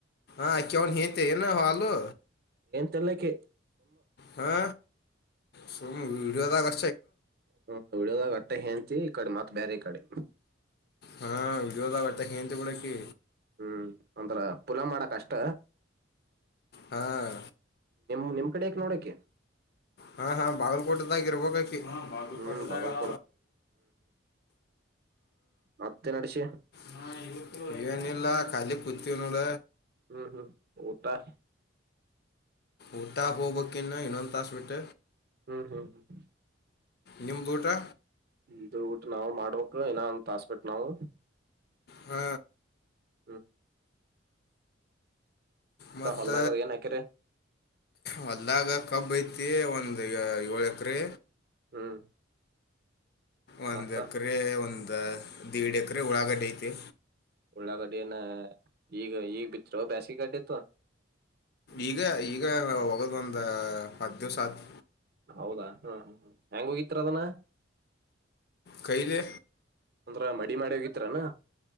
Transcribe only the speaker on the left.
ಅಕ್ಯ ಅವನ್ ಹೆಂತಿ ಏನ್ ಹ ಅಲ್ಲೋ.
ಹಾ ಸುಮ್ ವಿಡ್ಯೂದಾಗ್.
ಹಾ ವೀಡಿಯೋದಾಗ ಹಟ್ಟೆ ಹೆಂಡತಿ ಬೀಡಿ ಅಕಿ
ಹಾಂ
ಹಾ ಹಾ ಬಾಗಲ್ಕೋಟೆ ದಾಗ ಇರಬೇಕಕಿ ಹಾ ಬಾಗಲಕೋಟೆದಾಗಳ
ಹಾ ಇವತ್ತು ಏನಿಲ್ಲ ಕಾಲಿ ಕುಂತಿವ ನೋಡ
ಊಟ ಹೋಗಬೇಕ ಇನ್ನು ಇನ್ನೊಂದ ತಾಸಬಿಟ್ಟ
ನಿಮ್ಮದ ಊಟಾ
ಹ್ಮ
ಮತ್ತ
ಹೊಲ್ದಾಗ ಕಬ್ಬಐತಿ ಒಂದ ಏಳು ಎಕರೆ
ಒಂದ
ಎಕರೆ ಒಂದ ದಿಡ್ ಎಕರೆ ಉಳ್ಳಾಗಡ್ಡಿ ಐತಿ
ಈಗ ಈಗ ಹೋಗದ್ ಒಂದ ಹತ್ತ ದಿವ್ಸ ಹಾತ್
ಕೈಲೆ